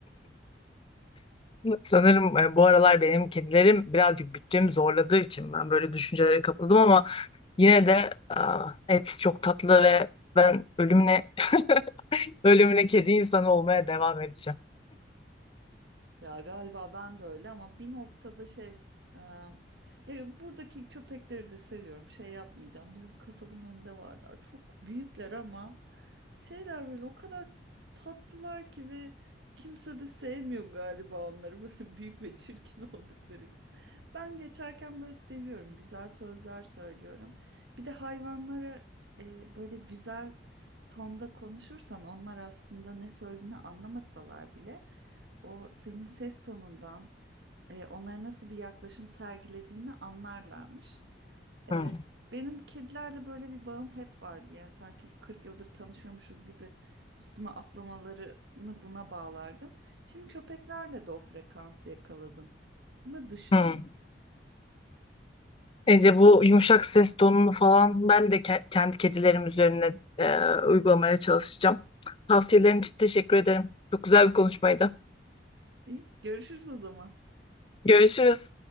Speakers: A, on the left; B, on the right.
A: Sanırım e, bu aralar benim kedilerim birazcık bütçemi zorladığı için ben böyle düşüncelere kapıldım ama Yine de aa, hepsi çok tatlı ve ben ölümüne <laughs> ölümüne kedi insanı olmaya devam edeceğim.
B: Ya galiba ben de öyle ama bir noktada şey e, ya buradaki köpekleri de seviyorum şey yapmayacağım bizim kasabın önünde varlar çok büyükler ama Şeyler böyle o kadar tatlılar ki ve kimse de sevmiyor galiba onları böyle <laughs> büyük ve çirkin oldukları için. Ben geçerken böyle seviyorum. Güzel sözler söylüyorum. Bir de hayvanlara e, böyle güzel tonda konuşursan onlar aslında ne söylediğini anlamasalar bile o senin ses tonundan e, onlara nasıl bir yaklaşım sergilediğini anlarlarmış. E,
A: Hmm.
B: benim kedilerle böyle bir bağım hep vardı. Yani sanki 40 yıldır tanışıyormuşuz gibi üstüme atlamalarını buna bağlardım. Şimdi köpeklerle de o frekansı yakaladım mı düşünüyorum.
A: Hmm. Ece bu yumuşak ses tonunu falan ben de ke- kendi kedilerim üzerine e, uygulamaya çalışacağım. Tavsiyelerin için teşekkür ederim. Çok güzel bir konuşmaydı.
B: İyi, görüşürüz o zaman.
A: Görüşürüz.